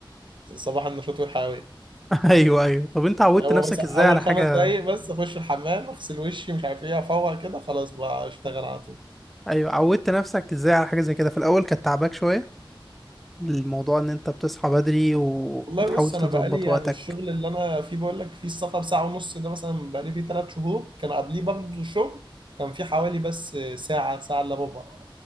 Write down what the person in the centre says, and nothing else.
<laughs> ايوه ايوه طب انت عودت
نفسك
ازاي على حاجة
ايوه عودت نفسك ازاي على حاجة زي كده في الاول كانت تعباك شوية الموضوع ان انت بتصحى بدري وبتحاول
تظبط
وقتك